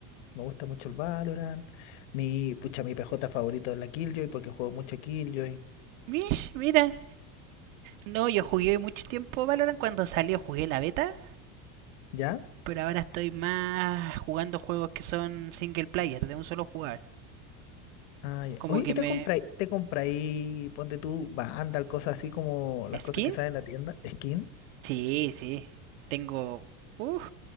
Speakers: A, on the left (about 60°); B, on the right (about 70°).
A: Me gusta mucho el Valorant. Mi, pucha, mi PJ favorito es la Killjoy porque juego mucho Killjoy.
B: Mish, mira. No, yo jugué mucho tiempo Valorant cuando salió, jugué la beta
A: ¿Ya?
B: pero ahora estoy más jugando juegos que son single player, de un solo jugar
A: Ah, ya.
B: Como
A: Oye,
B: que
A: ¿y te
B: me...
A: compráis, te compráis, ponte tú, Vandal, cosas así como las
B: ¿Skins?
A: cosas que salen en la tienda? ¿Skin?
B: Sí, sí. Tengo... Uf,